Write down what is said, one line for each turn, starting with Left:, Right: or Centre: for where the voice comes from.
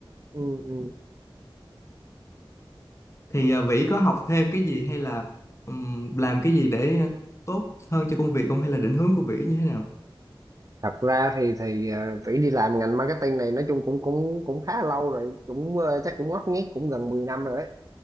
Right: ừ, ừ.
Left: thì à, Vĩ có học thêm cái gì hay là ừm, làm cái gì để à, tốt hơn cho công việc không hay là định hướng của Vĩ như thế nào
Right: thật ra thì thì ờ, Vĩ đi làm ngành marketing này nói chung cũng cũng cũng khá lâu rồi cũng ờ, chắc cũng ngót nghét cũng gần 10 năm rồi đấy